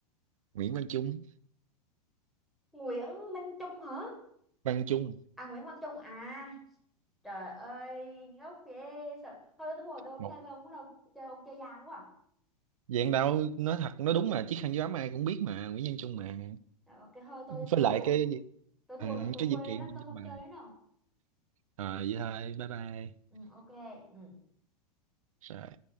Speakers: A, on the right; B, in the centre.
A: Nguyễn Văn Trung
B: Nguyễn Minh Trung hả
A: Văn Trung
B: à Nguyễn Văn Trung à trời ơi ngốc ghê sợ thôi tôi thua tôi không
A: một
B: chơi với ông nữa đâu chơi ông chơi gian quá à.
A: dạng đạo nói thật nói đúng mà chiếc khăn gió ai cũng biết mà Nguyễn Văn Trung mà
B: cái ok thôi tôi tôi
A: với lại
B: thua
A: cái
B: tôi thua
A: ừ,
B: rồi tôi
A: cái
B: quê
A: dữ kiện
B: lắm tôi
A: trên
B: không
A: bà
B: chơi nữa đâu
A: Rồi vậy thôi bye bye
B: ừ, ok ừ.
A: Rồi